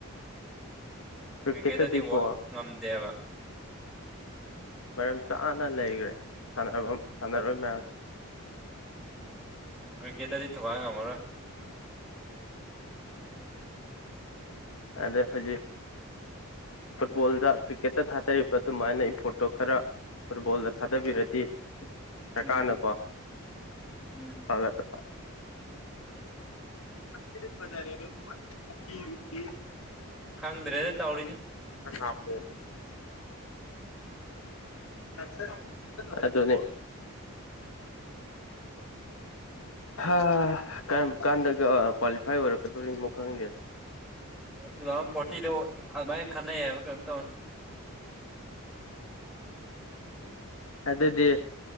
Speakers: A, on the left; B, in the centre.
A: ꯀ꯭ꯔꯤꯛꯀꯦꯠꯇꯗꯤꯀꯣ
B: ꯀ꯭ꯔꯤꯀꯦꯠꯇꯗꯤ ꯉꯝꯗꯦꯕ
A: ꯃꯔꯝ ꯆꯥꯅ ꯂꯩꯈ꯭ꯔꯦ ꯁꯥꯟ ꯁꯥꯟꯅꯔꯣꯏ ꯃꯌꯥꯝꯁ
B: ꯀꯀꯦꯇꯗꯤ ꯊꯨꯀ ꯉ ꯑꯃꯔꯣ
A: ꯑꯗ ꯍꯧꯣꯏꯖꯤ ꯐꯨꯠꯕꯣꯜꯗ ꯀ꯭ꯔꯤꯛꯀꯦꯠꯇ ꯊꯥꯗꯔꯤꯕ ꯑꯗꯨꯃꯥꯏꯅ ꯏꯐꯣꯠꯇꯣ ꯈꯔ ꯐꯨꯠꯕꯣꯜꯗ ꯊꯥꯗꯕꯤꯔꯗꯤ ꯁꯔꯀꯥꯔꯅꯀꯣ
B: ꯎꯝ ꯎꯝ
A: ꯐꯒꯠ ꯐꯕꯖꯔꯦꯅ
B: ꯈꯪꯗ꯭ꯔꯦꯦ ꯇꯧ ꯆ
A: ꯟꯅꯅꯥꯄꯣ ꯑꯗꯨ ꯑꯗꯨꯅꯦ <inaudible> <unintelligible> ꯒ ꯀꯔꯝ ꯀꯥꯟꯗꯒ ꯀ꯭ꯋꯥꯂꯤꯐꯥꯏ ꯑꯣꯏꯔꯛꯀꯗꯣꯔꯤꯅꯣ ꯈꯪꯗꯦꯗ
B: ꯇꯨ ꯊꯥꯎꯖꯟ ꯐꯣꯔꯇꯤꯗ ꯑꯗꯨꯃꯥꯏꯅ ꯈꯟꯅꯩꯌꯦꯕ ꯀꯩꯅꯣꯝ ꯇꯧꯅꯤ
A: ꯑꯗꯨꯗꯤ